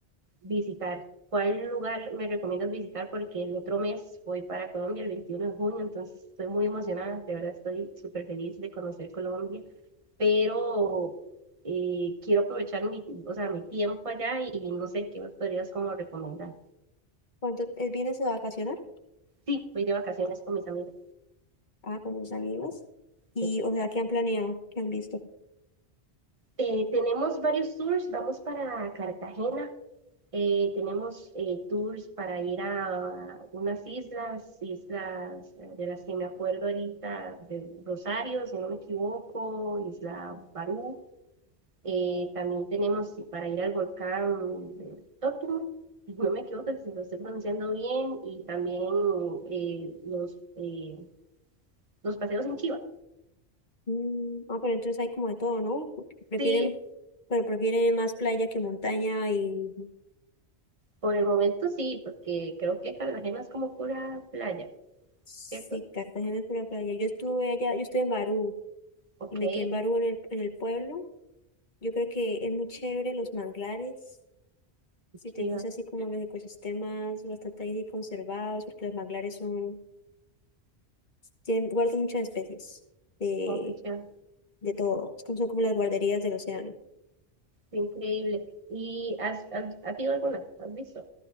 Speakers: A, on the right (about 35°); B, on the left (about 45°).
A: visitar? ¿Cuál lugar me recomiendas visitar? Porque el otro mes voy para Colombia, el 21 de junio, entonces estoy muy emocionada, de verdad estoy súper feliz de conocer Colombia, pero eh, quiero aprovechar mi, o sea, mi tiempo allá y no sé qué me podrías como recomendar.
B: ¿Cuánto eh, vienes a vacacionar?
A: Sí, voy de vacaciones con mis amigas.
B: Ah, con tus amigos. Y,
A: sí.
B: o sea, ¿qué han planeado? ¿Qué han visto?
A: Eh, tenemos varios tours, vamos para Cartagena, Eh, tenemos eh, tours para ir a unas islas, islas eh, de las que me acuerdo ahorita, de Rosario, si no me equivoco, Isla Barú. Eh, también tenemos para ir al volcán eh, Tótumo, si no me equivoco si lo estoy pronunciando bien, y también eh, los, eh, los paseos en Chiva.
B: Mm, ah, pero entonces hay como de todo, ¿no? Prefieren,
A: Sí,
B: pero prefieren más playa que montaña y
A: por el momento sí, porque creo que Cartagena es como pura playa,
B: sí,
A: ¿cierto?
B: Cartagena es pura playa. Yo estuve allá, yo estuve en Barú
A: Ok,
B: y me quedé en Barú
A: y
B: en el, en el pueblo. Yo creo que es muy chévere los manglares Si te
A: Chiva,
B: gusta así como los ecosistemas bastante ahí conservados, porque los manglares son, tienen, guardan muchas especies de,
A: ok, Chiva.
B: de todo. Es como- Son como las guarderías del océano.
A: Increíble. ¿Y has, has, has ido alguna? ¿Has visto?